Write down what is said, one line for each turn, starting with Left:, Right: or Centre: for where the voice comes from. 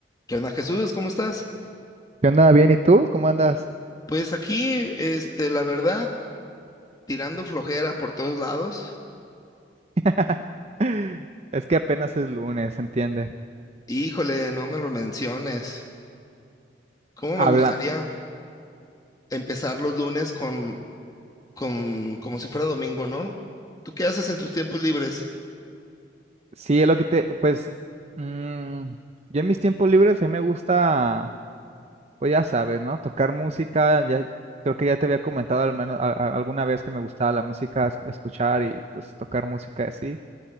Left: ¿Qué onda, Jesús? ¿Cómo estás?
Right: ¿Qué onda? Bien, ¿y tú? ¿Cómo andas?
Left: Pues aquí, este, la verdad, tirando flojera por todos lados.
Right: <laughs> Es que apenas es lunes, ¿entiende?
Left: Híjole, no me lo menciones. ¿Cómo
Right: Habla.
Left: me gustaría empezar los lunes con, con, como si fuera domingo, ¿no? ¿Tú qué haces en tus tiempos libres?
Right: Sí, es lo que te, pues, mm, yo en mis tiempos libres a mí me gusta, pues ya sabes, ¿no? Tocar música, ya creo que ya te había comentado al menos a- a- alguna vez que me gustaba la música, esc- escuchar y pues tocar música así,